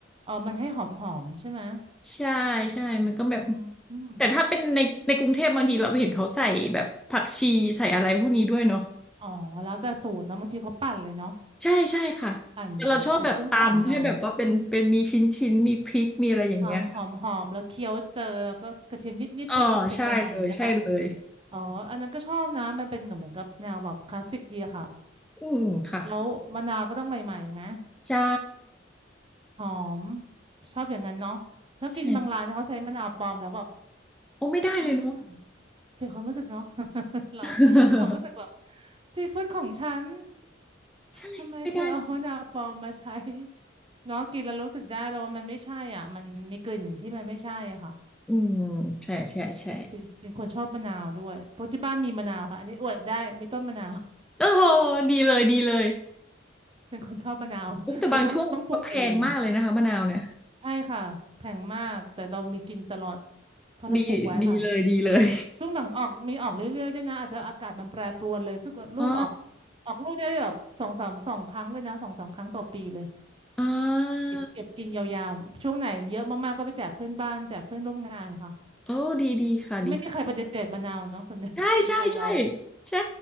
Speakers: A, on the right; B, in the centre.
A: อ๋อมันให้หอมๆใช่ไหม
B: ใช่ใช่มันก็แบบ
A: อืมอม
B: แต่ถ้าเป็นในในกรุงเทพบางทีเราไปเห็นเขาใส่แบบผักชีใส่อะไรพวกนี้ด้วยเนาะ
A: อ๋อแล้วแต่สูตรเนอะบางทีเขาปั่นเลยเนาะ
B: ใช่ใช่ค่ะแต่เราชอบแบบตำให้แบบว่าเป็นเป็นมีชิ้นชิ้นมีพริกมีอะไรอย่างเงี้ย
A: ปั่นแบบใส่เครื่องปั่นเอาความหอมๆแล้วเคี้ยวเจอแล้วก็กระเทียมนิดๆเผ็ดเผ็ดหน่อยๆไหมคะ
B: อ๋อใช่เลยใช่เลย
A: อ๋ออันนั้นก็ชอบนะมันเป็นเหมือนกับแนวแบบคลาสสิกดีอะค่ะ
B: อืมค่ะ
A: แล้วมะนาวก็ต้องใหม่ๆไหม
B: ใช่
A: หอมชอบอย่างนั้นเนาะถ้ากินบางร้านเขาใช้มะนาวปลอมแล้วแบบ
B: ใช่โอ้ไม่ได้เลยเนาะ
A: <gasps> เสียความรู้สึกเนาะ <laughs> เรา
B: <laughs>
A: ความรู้สึกแบบซีฟู้ดของฉัน
B: ใช่ไม่ได้เลย
A: ทำไมเธอเอามะนาวปลอมมาใช้เนาะกินแล้วรู้สึกได้แล้วว่ามันไม่ใช่อ่ะมันมีกลิ่นที่มันไม่ใช่อะค่ะ
B: อืมใช่ใช่ใช่
A: เป็นเป็นเป็นคนชอบมะนาวด้วยเพราะที่บ้านมีมะนาวค่ะอันนี้อวดได้มีต้นมะนาว <laughs>
B: โอ้โหดีเลยดีเลย
A: เป็นคนชอบมะนาวเลยต้องต้องปลูกเอง
B: อุ๊ยแต่บางช่วงก็แพงมากเลยนะคะมะนาวเนี่ย
A: ใช่ค่ะแพงมากแต่เรามีกินตลอดเพราะเราปลูกไว้ค่ะ
B: ดีดีเลยดีเลย
A: ช่วงหลังออกมีออกเรื่อยๆด้วยนะอาจจะอากาศมันแปรปรวนเลยซึ่งลูกออก
B: อ๋อ
A: ออกลูกได้แบบสองสามสองครั้งเลยนะสองสามครั้งต่อปีเลย
B: อ่า
A: เก็บเก็บกินยาวๆช่วงไหนเยอะมากๆก็ไปแจกเพื่อนบ้านแจกเพื่อนร่วมงานค่ะ
B: โอ้ดีดีค่ะดีค่ะ
A: ก็ไม่มีใครปฏิเสธมะนาวเนาะส่วนใหญ่
B: ใช่ใช่ใช่
A: <laughs> คนไทยเรา
B: <laughs> ใช่